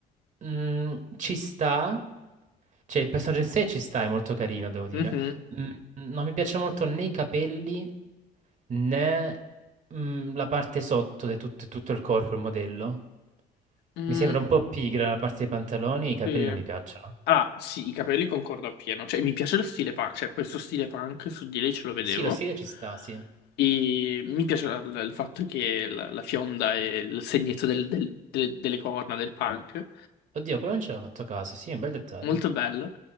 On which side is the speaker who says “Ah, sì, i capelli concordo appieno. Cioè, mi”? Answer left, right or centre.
Left